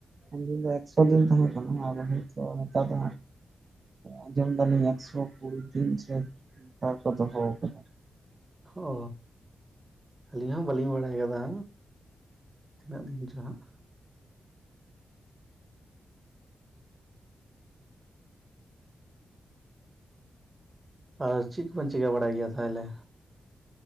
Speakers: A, on the right (about 40°); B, on the right (about 20°).
A: ᱩᱱ ᱫᱤᱱ ᱫᱚ ᱮᱠᱥᱚ ᱫᱤᱱ ᱛᱟᱦᱮᱸ ᱠᱟᱱᱟ ᱟᱫᱚ ᱦᱮᱪᱚ ᱦᱮᱛᱟᱨ ᱫᱚ ᱟᱸᱡᱚᱢ ᱫᱟᱞᱤᱧ ᱮᱠᱥᱚ ᱠᱩᱲᱤ ᱫᱤᱱ ᱥᱮ ᱠᱟ ᱠᱚ ᱫᱚᱦᱚ ᱟᱠᱟᱫᱟ᱾
B: ᱚ ᱟᱹᱞᱤᱧ ᱦᱚᱸ ᱵᱟᱹᱞᱤᱧ ᱵᱟᱲᱟᱭ ᱠᱟᱫᱟ᱾ ᱛᱤᱱᱟᱹᱜ ᱫᱤᱱ ᱪᱚ ᱦᱟᱸᱜ? ᱟᱨ ᱪᱤᱜ ᱠᱚᱵᱤᱱ ᱪᱤᱠᱟᱹ ᱵᱟᱲᱟᱭ ᱜᱮᱭᱟ ᱛᱟᱦᱚᱞᱮ